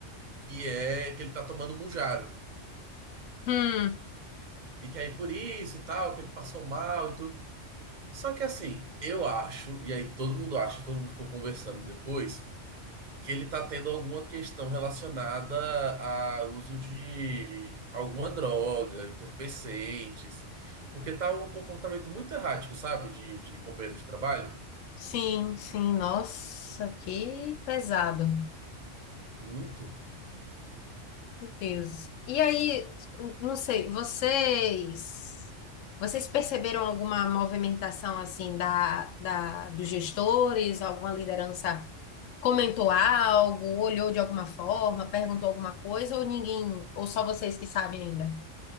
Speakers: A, on the right (about 50°); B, on the left (about 80°).
A: que é que ele tá tomando Mounjaro.
B: Hum,
A: E que aí por isso e tal, que ele passou mal e tudo. Só que assim, eu acho, e aí todo mundo acha, todo mundo ficou conversando depois, que ele tá tendo alguma questão relacionada a uso de alguma droga, entorpecentes. Porque tá um comportamento muito errático, sabe? De, de companheiro de trabalho.
B: sim, sim, nossa, que pesado.
A: Muito.
B: Meu Deus. E aí, n- não sei, vocês, vocês perceberam alguma movimentação assim da, da dos gestores? Alguma liderança comentou algo, olhou de alguma forma, perguntou alguma coisa, ou ninguém, ou só vocês que sabem ainda?